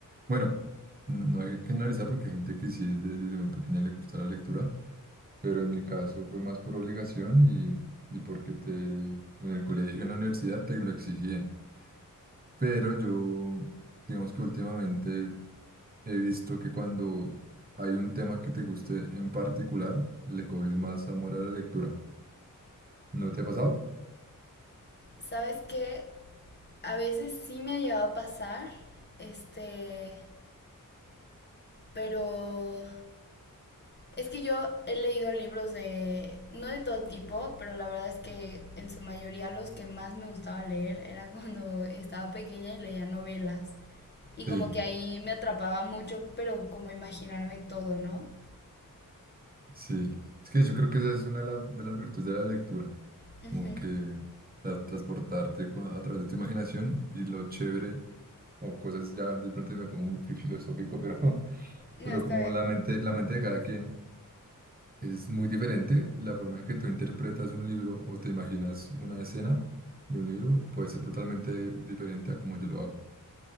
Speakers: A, on the right; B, on the left.
A: Bueno, n- no hay que analizar porque hay gente que sí desde, desde muy pequeña le gusta la lectura, pero en mi caso fue más por obligación y, y porque te, en el colegio, en la universidad te lo exigían. Pero yo, digamos que últimamente He visto que cuando hay un tema que te guste en particular, le coges más amor a la lectura. ¿No te ha pasado?
B: Sabes que a veces sí me ha llegado a pasar, este, pero es que yo he leído libros de, no de todo tipo, pero la verdad es que en su mayoría los que más me gustaba leer era <laughs> cuando estaba pequeña y leía novelas. Y como
A: Sí,
B: que ahí me atrapaba mucho, pero como imaginarme todo, ¿no?
A: sí. Es que yo creo que esa es una de las, de las virtudes de la lectura,
B: Ujú.
A: como que tra- transportarte con- a través de tu imaginación y lo chévere, o cosas ya de pronto me pongo muy fi- filosófico, pero, <laughs>
B: No,
A: pero
B: está
A: como
B: bien.
A: la mente, la mente de cada quien es muy diferente, la forma en que tú interpretas un libro o te imaginas una escena de un libro puede ser totalmente diferente a como yo lo hago.